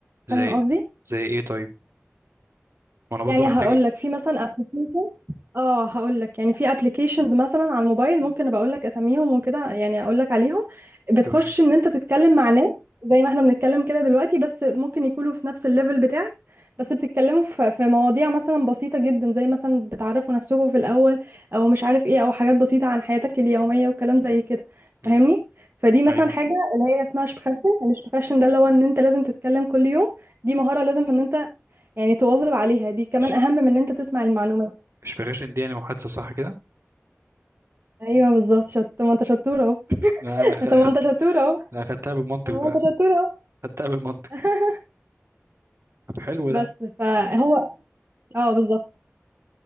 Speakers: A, on the right (about 65°); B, on the right (about 50°).
A: زي
B: فاهم قصدي
A: زي ايه طيب وانا برضو
B: يعني
A: محتاج
B: هقول لك في مثلا ابلكيشن اه هقول لك يعني في ابلكيشنز مثلا على الموبايل ممكن ابقى اقول لك اساميهم وكده يعني اقول لك عليهم بتخش
A: تمام
B: ان انت تتكلم مع ناس زي ما احنا بنتكلم كده دلوقتي بس ممكن يكونوا في نفس الليفل بتاعك بس بتتكلموا في في مواضيع مثلا بسيطة جدا زي مثلا بتعرفوا نفسكم في الاول او مش عارف ايه او حاجات بسيطة عن حياتك اليومية وكلام زي كده
A: امم
B: فاهمني فدي مثلا
A: ايوه
B: حاجة اللي هي اسمها شبخاشن الشبخاشن ده اللي هو ان انت لازم تتكلم كل يوم دي مهارة لازم ان انت يعني تواظب عليها دي كمان
A: إش-
B: اهم من ان انت تسمع المعلومات
A: اشفيغاشن دي يعني محادثه صح كده
B: ايوه بالظبط شط طب ما انت شطوره اهو
A: لا انا اخدت
B: <laughs> طب ما انت شطوره اهو
A: لا اخدتها بالمنطق
B: طب ما
A: بقى
B: انت شطوره
A: اخدتها بالمنطق
B: اهو <laughs>
A: طب حلو
B: بس
A: ده
B: فهو اه بالظبط